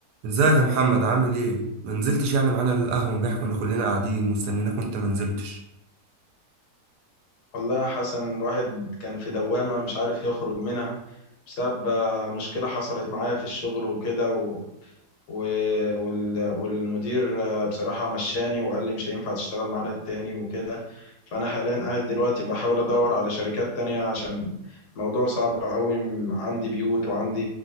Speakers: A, on the right; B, on the left.
A: ازيك يا محمد عامل ايه ما نزلتش يعني معانا القهوه امبارح كنا كلنا قاعدين مستنيناك وانت ما نزلتش
B: والله يا حسن الواحد كان في دوامة مش عارف يخرج منها بسبب آه، مشكلة حصلت معايا في الشغل وكده و... و... وال... والمدير آه، بصراحة مشاني وقال لي مش هينفع تشتغل معانا التاني وكده فأنا حاليا قاعد دلوقتي بحاول أدور على شركات تانية عشان موضوع صعب أوي عندي بيوت وعندي